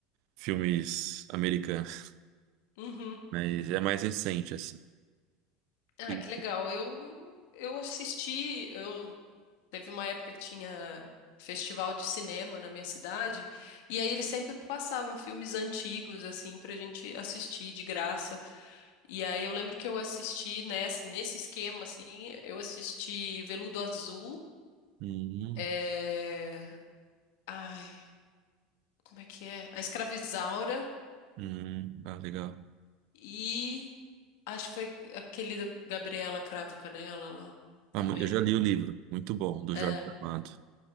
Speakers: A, on the right; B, on the left.
A: filmes americanos.
B: Uhum.
A: Mas é mais recente, assim.
B: Ah,
A: E-
B: que legal. Eu, eu assisti, eu teve uma época que tinha festival de cinema na minha cidade, e aí eles sempre passavam filmes antigos assim pra gente assistir de graça. E aí eu lembro que eu assisti nessa, nesse esquema assim, eu assisti Veludo Azul,
A: Hum,
B: é... ai, como é que é? A Escravizaura
A: hum, ah, legal.
B: e acho que foi aquele da Gabriela Cravo e Canela lá também.
A: Ah, mu- eu já li o livro, muito bom, do
B: É.
A: Jorge Amado.